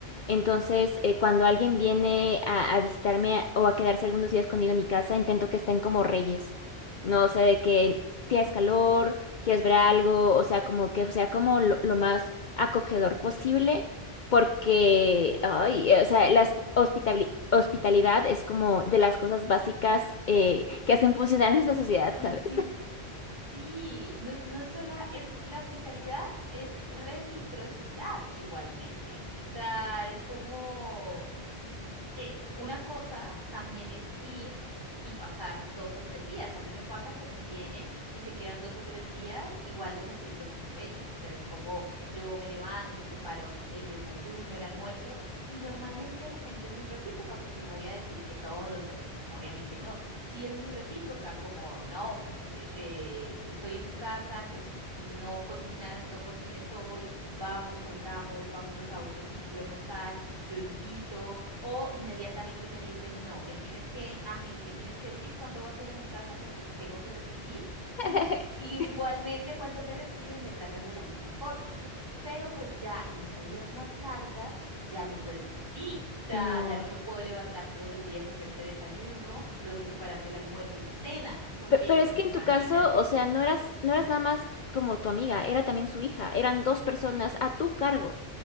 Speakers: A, on the left; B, on the right.
A: Entonces,
B: Ujú.
A: eh, cuando alguien viene a, a visitarme o a quedarse algunos días conmigo en mi casa, intento que estén como reyes, ¿no?
B: Mm.
A: O sea, de que tienes calor, quieres ver algo, o sea, como que sea como lo, lo más acogedor posible porque, ay, o sea, la hosp- hospitabli- hospitalidad es como de las cosas básicas eh, que hacen funcionar <laughs> nuestra sociedad,
B: <laughs>
A: ¿sabes?
B: Sí, no, no es sola, es la hospitalidad es reciprocidad igualmente. O sea, es como eh, una cosa también es ir y y pasar dos o tres días. A mí me pasa que si vienen y se quedan dos o tres días, igual los atiendo como reyes. O sea, es como yo me levanto, preparo el desayuno, el almuerzo y normalmente la gente es muy recíproca porque no voy a decir que todos son, pues obviamente no. Sí es muy recíproca como, no, pues eh, eh, yo estoy en tu casa, entonces no cocinas, no cocines hoy, vamos, salgamos, vámonos a otro sitio a almorzar, yo invito. O inmediatamente me dicen, no, me tienes que, agen- me tienes que decir cuándo vas a ir a mi casa porque te tengo que recibir. Y,
A: <laughs>
B: y igualmente cuando me reciben me tratan de la misma forma. Pero pues ya en estadías más largas ya no puede ser así. O sea,
A: No.
B: ya no me puedo levantar todos los días a hacerte desayuno, luego prepararte el almuerzo y la cena, porque
A: Pe- pero es
B: pues
A: que en
B: imagínate.
A: tu caso, o sea, no eras, no eras nada más como tu amiga, era también su hija, eran dos personas a tu cargo.